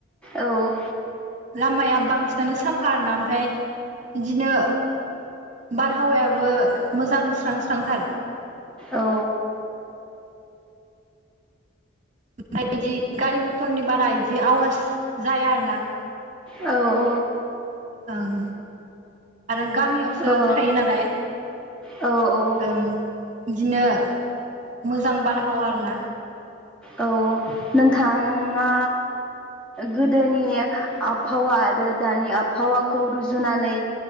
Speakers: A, in the centre; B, on the right (about 35°).
A: औ।
B: लामाया बांसिनानो साफा आरोना ओमफाय इदिनो बारहावायाबो मोजां स्रां स्रांथार।
A: औ।
B: ओमफ्राय बिदि गारि मथरनि बारा बिदि आवास जाया आरो ना।
A: औ।
B: ओं आरो गामियावसो
A: ओ
B: थायो नालाय
A: औ औ
B: ओं बिदिनो मोजां बारहावा आरो ना
A: औ नोंथाङा गोदोनि आबहावा आरो दानि आबहावाखौ रुजुनानै